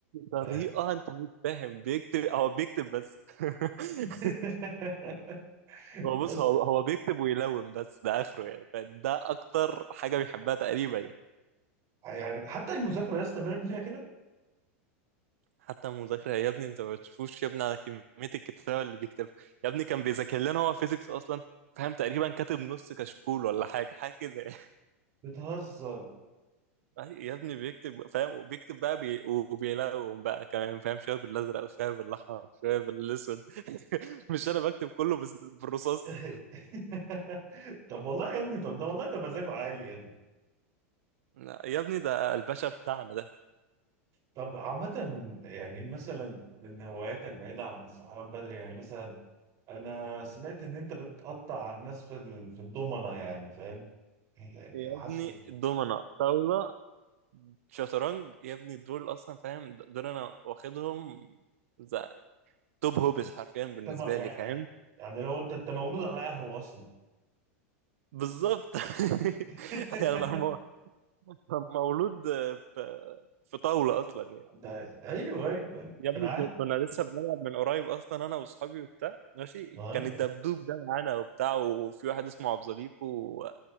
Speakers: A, on the right (about 75°); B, on the right (about 45°).
A: طريقه
B: فاهم
A: انت مش فاهم بيكتب هو بيكتب بس <laughs>
B: <laughs> بس
A: هو بص هو هو بيكتب ويلون بس ده اخره يعني فده اكتر حاجه بيحبها تقريبا يعني.
B: يعني حتى المذاكرة يا اسطى بيعمل فيها كده
A: حتى المذاكرة يا ابني انت ما بتشوفوش يا ابني على كمية الكتابة اللي بيكتبها يا ابني كان بيذاكر لنا هو فيزيكس اصلا فاهم تقريبا كاتب نص كشكول ولا حاجة حاجة كده <laughs> يعني.
B: بتهزر
A: يا ابني بيكتب فاهم وبيكتب بقى بي... وبيلون بقى كمان فاهم شوية بالازرق وشوية بالاحمر شوية بالاسود <laughs> مش انا بكتب كله بس- بالرصاص
B: <laughs> طب والله يا ابني طب ده والله ده مزاجه عالي يا ابني
A: لا، يا ابني ده الباشا بتاعنا ده
B: طب عامة يعني مثلا من هواياتك بعيدة عن الصحيان بدري يعني مثلا أنا سمعت إن أنت بتقطع على الناس في ال- في الضمنة يعني فاهم يعني
A: يا
B: حاسس
A: ابني دومنا طاولة شطرنج يا ابني دول اصلا فاهم دول انا واخدهم زي توب هوبس حرفيا بالنسبة
B: انت ما- يعني
A: لي فاهم
B: يعني لو انت انت مولود على قهوه اصلا
A: بالظبط <laughs>
B: <laughs>
A: يعني أنا مو- مولود في في طاولة أصلا يعني
B: ده ايوه ايوه
A: يا ابني
B: انا عارف
A: ك- كنا لسه بنلعب من قريب أصلا أنا وأصحابي وبتاع ماشي
B: اه
A: كان الدبدوب ده معانا وبتاع وفي واحد اسمه عبد زليكو و-